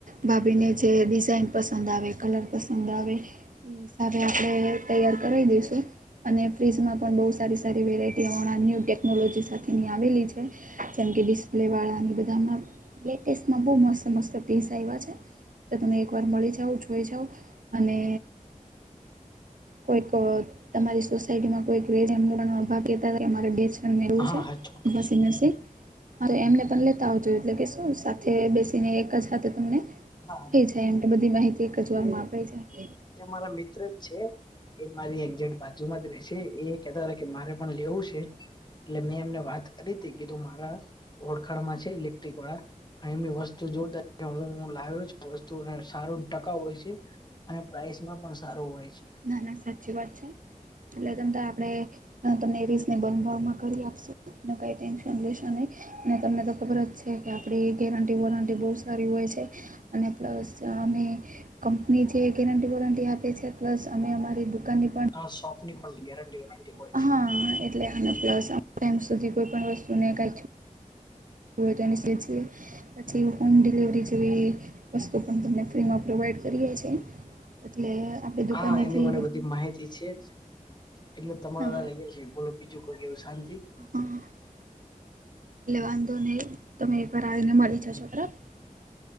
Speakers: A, on the right; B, on the left.
A: ભાભીને જે ડિઝાઇન પસંદ આવે કલર પસંદ આવે એ હિસાબે આપણે તૈયાર કરાઈ દઈશું અને ફ્રીજમાં પણ બહુ સારી સારી વેરાયટી હમણાં ન્યૂ ટેકનોલોજી સાથેની આવેલી છે. જેમ કે ડિસ્પ્લે વાળાની બધામાં લેટેસ્ટમાં બહુ મસ્ત-મસ્ત પીસ આવ્યા છે. તો તમે એકવાર મળી જાઓ, જોઈ જાઓ અને કોઈક અહ તમારી સોસાયટીમાં કોઈક <unintelligible> રેય છે એમનું પણ આમ કહેતા હતા કે અમારે. <unintelligible> એમને <inaudible> વું
B: હા
A: છે
B: હા ચોક્કસ
A: વોશિંગ મશીન. હા તો એમને પણ લેતા આવજો એટલે કે શું સાથે બેસીને એક જ હાથે તમને-
B: હા
A: થઈ જાય એમ કે બધી માહિતી એક જ
B: એ
A: વારમાં અપાઈ જાય.
B: એ અમારા મિત્ર જ છે. એ મારી એક્જેક્ટ બાજુમાં જ રે છે એ કેતા કે મારે પણ લેવું છે. એટલે મેં એમને વાત કરી હતી કીધું મારા ઓળખાણ માં છે ઇલેક્ટ્રિક વાળા એમની વસ્તુ જોતા હુ લાવ્યો છું એ વસ્તુ સારો ટકાઉ હોય છે. અને પ્રાઇસ માં પણ સારું હોય છે.
A: ના ના સાચી વાત છે. એટલે તમ તો આપણે તમને રીઝનેબલ ભાવમાં કરી આપશે, ને કાઈ ટેન્શન લેશો નહી. અને તમને તો ખબર જ છે કે આપડી ગેરંટી વોરંટી બહુ સારી હોય છે. અને પ્લસ અમે કંપની જે ગેરંટી વોરંટી આપે છે પ્લસ અમે અમારી દુ દુકાનની પણ
B: આ શોપની પણ ગેરંટી વોરંટી હોય
A: હા
B: છે.
A: એટ એટલે અને પ્લસ આપણે એમ સુધી કોઈ પણ વસ્તુ ને કાંઈ થી યુ હોય તો સેજયે પછી હોમ ડિલિવરી જેવી વસ્તુ પણ તમને ફ્રીમાં પ્રોવાઈડ કરીએ છીએ. એટલે આપણી દુકાનેથી
B: હા એની મને બધી માહિતી છે જ એટલે તમારા
A: હા
B: લઈ જશે બોલો બીજું કોઈ કેવું શાંતિ. <inaudible>
A: હા
B: ‌.
A: એટલે વાંધો નહીં તમે એક વાર આવીને મળી જશો બરાબ